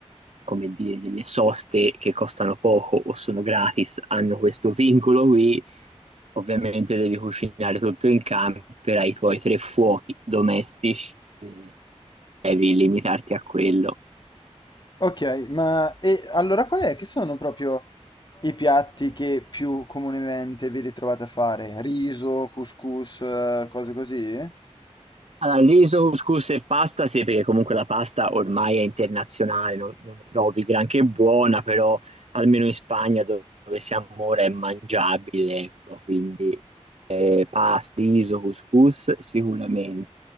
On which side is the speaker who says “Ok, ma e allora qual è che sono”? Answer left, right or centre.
Left